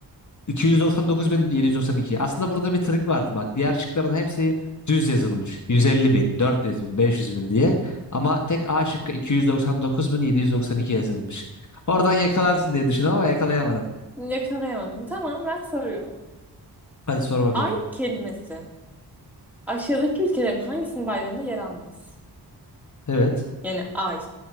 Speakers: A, on the left; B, in the centre.
A: 299.792. Aslında burada bir trik vardı bak. Diğer şıkların hepsi düz yazılmış. 150 bin, 400 bin, 500 bin diye. Ama tek A şıkkı 299.792 yazılmış. Oradan yakalarsın diye düşündüm ama yakalayamadın.
B: Yakalayamadım. Tamam ben soruyorum.
A: Hadi sor bakalım.
B: Ay kelimesi. Aşağıdaki ülkelerin hangisinin bayrağında yer almaz?
A: Evet.
B: Yani ay.